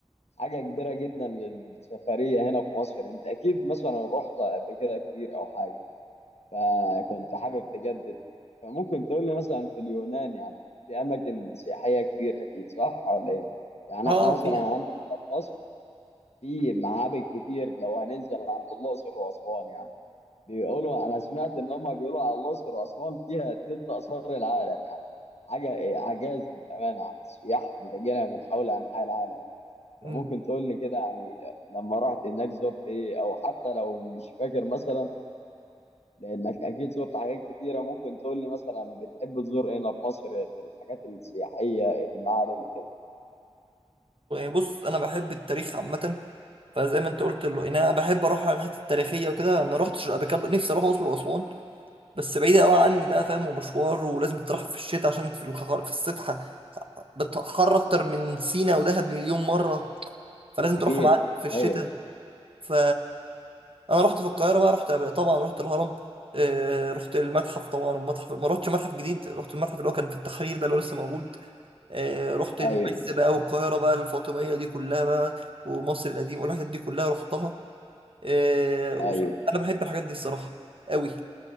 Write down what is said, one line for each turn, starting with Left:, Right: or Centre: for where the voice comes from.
Left: حاجة كبيرة جدا للسفرية هنا في مصر أنت أكيد مثلا رحت قبل كده كتير أو حاجة فكنت حابب تجدد فممكن تقول لي مثلا في اليونان يعني في أماكن سياحية كتير أكيد صح ولا إيه؟ يعني
Right: اه
Left: إحنا مثلا
Right: آه، في
Left: عندنا هنا في مصر في معابد كتير لو هننزل عند الأقصر وأسوان يعني بيقولوا انا سمعت ان هم بيقولوا على الاقصر واسوان فيها تلت اثار العالم يعني حاجه إيه، اعجاز للامانه يعني السياح بتجينا من حول انحاء العالم
Right: مم.
Left: فممكن تقول لي كده يعني لما رحت هناك زرت ايه او حتى لو مش فاكر مثلا لانك اكيد زرت حاجات كتيره ممكن تقول لي مثلا بتحب تزور إيه هنا في مصر بالحاجات السياحيه المعالم كده
Right: بص انا بحب التاريخ عامه فزي ما انت قلت له انا بحب اروح على الحته التاريخيه وكده ما رحتش قبل كده نفسي اروح الاقصر واسوان بس بعيدة قوي عني بقى فاهم ومشوار ولازم تروح في الشتاء عشان في الحر في الصبح بتحر أكتر من سينا ودهب مليون مرة فلازم تروح
Left: اكيد
Right: معاك في الشتاء
Left: ايوه
Right: ف أنا رحت في القاهرة بقى رحت طبعا رحت الهرم آه، رحت المتحف طبعا المتحف ما رحتش متحف جديد رحت المتحف اللي هو كان في التحرير ده اللي هو لسه موجود آه، رحت
Left: ايوه
Right: المعز بقى والقاهرة بقى الفاطمية دي كلها بقى ومصر القديم والحاجات دي كلها رحتها آه، وص-
Left: ايوه
Right: أنا بحب الحاجات دي الصراحة قوي